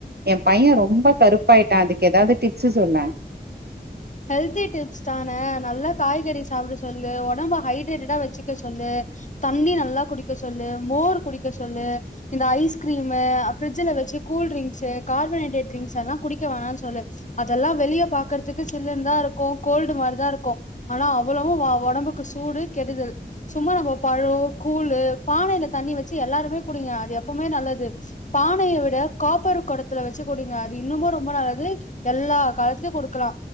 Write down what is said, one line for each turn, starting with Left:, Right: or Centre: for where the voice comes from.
Right: ஏ பைய ரொம்ப கருப்பாயிட்டா அதுக்கு எதாவ்து டிப்ஸு சொல்லே
Left: ஹெல்தி டிப்ஸ் தான நல்லா காய்கறி சாப்ட சொல்லு ஒடம்ப ஹைட்ரேட்டடா வச்சுக்க சொல்லு தண்ணி நல்லா குடிக்க சொல்லு மோர் குடிக்க சொல்லு இந்த ஐஸ்க்ரீமு அ ஃப்ரிட்ஜுல வச்சு கூல்ட்ரிங்ஸு கார்பனேட்டட்ரிங்ஸ் எல்லா குடிக்க வேணான் சொல்லு அதல்லா வெளிய பாக்கற்துக்கு தில்லுனுதா இருக்கு கோல்டு மாரிதா இருக்கு ஆனா அவ்வுளவு வா ஒடம்புக்கு சூடு கெடுதல் சும்மா நம்ப பழ கூழு பானைல தண்ணி வச்சி எல்லாருமே குடிங்க அது எப்போமே நல்லது பானையை விட காப்பர் குடத்துல வச்சு கூடிங்க அது இன்னுமே ரொம்ப நல்லது எல்லா காலத்திலயையு கொடுக்கலா